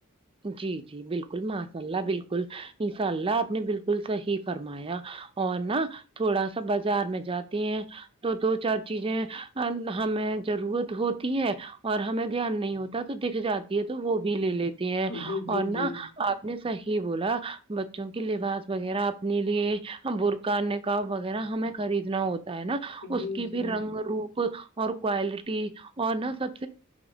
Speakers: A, on the right; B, on the left.
A: جی جی بالکل معف ان اللہ بالکل انساء اللہ آپ نے بالکل صحیح فرمایا اور نا تھوڑا سا بازار میں جاتی ہیں تو دو چار چیزیں ہمیں ضرورت ہوتی ہے اور ہمیں دھیان نہیں ہوتا تو دکھ جاتی ہے تو وہ بھی لے لیتے ہیں
B: جی جی
A: اور نا
B: جی
A: آپ نے صحیح بولا بچوں کی لباس وغیرہ اپنے لیے بو کنے کاؤ وغیرہ ہمیں خریدنا ہوتا ہے نا
B: جی
A: اس کی
B: جی جی
A: بھی رنگ روپ اور کوالٹی اور نا سب